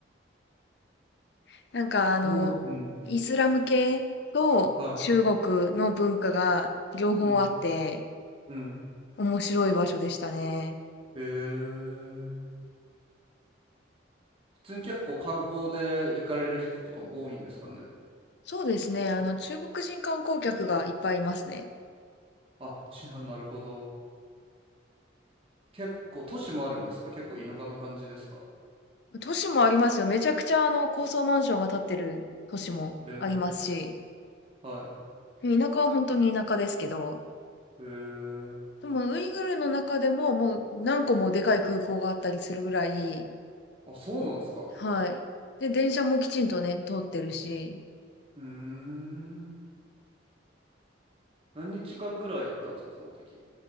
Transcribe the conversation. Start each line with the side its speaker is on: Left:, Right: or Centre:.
Left: <laughs> なんかあの、
Right: どう、うん。
Left: イスラム系と中国の文化が両方あって、
Right: はい。うん。うん。
Left: 面白い場所でしたね。
Right: へえ。普通に結構観光で行かれる人とかも多いんですかね。
Left: そうですね。あの、中国人観光客がいっぱいいますね。
Right: あ、ちな、なるほど。結構都市もあるんですか結構田舎な感じですか
Left: 都市もありますよ。めちゃくちゃあの高層マンションが建ってる都市もありますし、
Right: へえ、はい。
Left: 田舎は本当に田舎ですけど、
Right: へえ。
Left: でもウイグルの中でももう何個もでかい空港があったりするぐらい、
Right: あ、そうなんですか。
Left: はい。で、電車もきちんとね、通ってるし、
Right: うーん。何日間ぐらい行ったんですかその時。